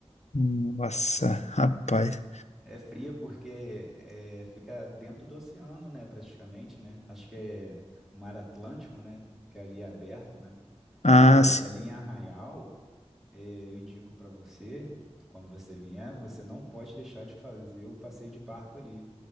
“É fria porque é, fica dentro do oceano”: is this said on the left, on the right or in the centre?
Centre